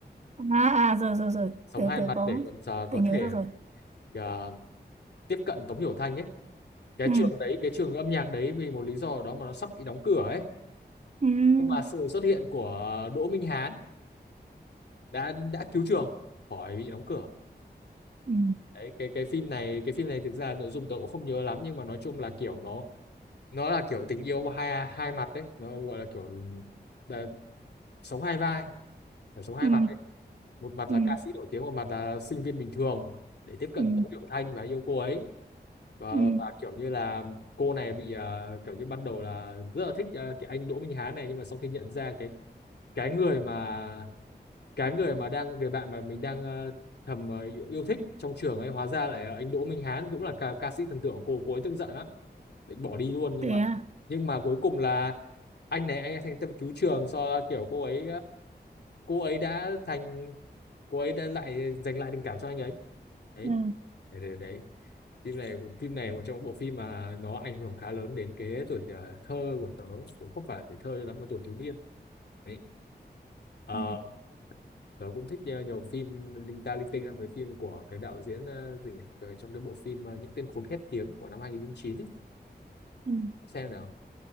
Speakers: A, on the right (about 40°); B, on the left (about 70°).
A: à, à rồi rồi rồi
B: sống
A: tớ
B: hai
A: tớ
B: mặt
A: có
B: để còn ờ, có
A: tớ nhớ
B: thể
A: ra rồi
B: ờ, tiếp cận Tống Hiểu Thanh ấy cái
A: ừ
B: trường đấy cái trường âm nhạc đấy vì một lý do nào đó mà nó sắp bị đóng cửa ấy
A: ừ
B: nhưng mà sự xuất hiện của Đỗ Minh Hán đã đã cứu trường khỏi bị đóng cửa
A: ừ
B: đấy cái cái phim này cái phim này thực ra nội dung tớ cũng không nhớ lắm nhưng mà nói chung là kiểu nó nó là kiểu tình yêu hai hai mặt đấy nó gọi là kiểu là sống hai vai phải sống hai
A: ừ
B: mặt đấy một mặt
A: ừ
B: là ca sĩ nổi tiếng một mặt là sinh viên bình thường để tiếp cận
A: ừ
B: Tống Tiểu Thanh và yêu cô ấy và
A: ừ
B: và kiểu như là cô này bị ờ, kiểu như ban đầu là rất là thích ờ, cái anh Đỗ Minh Hán này nhưng mà sau khi nhận ra cái cái người mà cái người mà đang người bạn mà mình đang ờ, thầm ờ, yêu thích trong trường ấy hóa ra là anh Đỗ Minh Hán cũng là ca, ca sĩ thần tượng của cô cô ấy tức giận lắm định bỏ đi luôn nhưng
A: thế
B: mà
A: à
B: nhưng mà cuối cùng là anh này anh ấy thành tâm cứu trường do kiểu cô ấy à, cô ấy đã thành cô ấy đã lại giành lại tình cảm cho anh ấy đấy
A: ừ
B: đấy đấy, đấy. phim này phim này một trong những bộ phim mà nó ảnh hưởng khá lớn đến cái tuổi ờ, thơ của tớ cũng không phải tuổi thơ lắm mà tuổi thiếu niên đấy Ờ,
A: ừ
B: tớ cũng thích nhiều, nhiều phim linh ta linh tinh lắm với phim của cái đạo diễn ờ, gì nhỉ? Ờ, trong cái bộ phim ờ, những tên khốn khét tiếng của năm 2009 ấy
A: ừ
B: xem nào